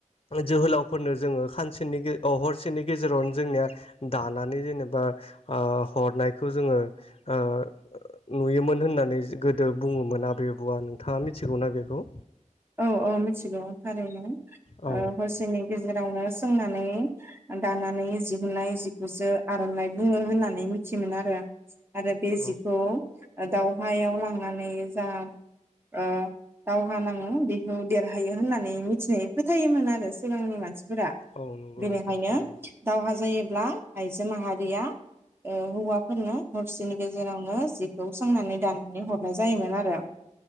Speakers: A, on the left; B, on the right.
A: जोहोलावफोरनो जोंङो सानसेनि अ हरसेनि गेजेरावनो जोंनिया दानानै जेनेबा ओ हरनायखौ जोंङो ओ नुयोमोन होननानै गोदो बुंङोमोन आबै आबौआ नोंथाङा मिथिगौना बेखौ?
B: औ औ मिथिगौ थारैनो। ओ
A: औ
B: हरसेनि गेजेरावनो सोंनानै दानानै दिहुननाय जिखौसो आर'नाइ बुंङो होननानै मिथियोमोन आरो। आरो बे
A: औ
B: जिखौ दावहायाव लांनानै जा ओ दावहा नांङो बे देरहायो होननानै मिथिनाय फोथायोमोन आरो सिगांनि मानसिफोरा।
A: औ नंगौ
B: बेनिखायनो
A: नोंथां थारैनो
B: दावहा जायोब्ला आइजो माहारिया ओ हौवा फोरनो हरसेनि गेजेरावनो जिखौ सोंनानै दानानै हरनाय जायोमोन आरो।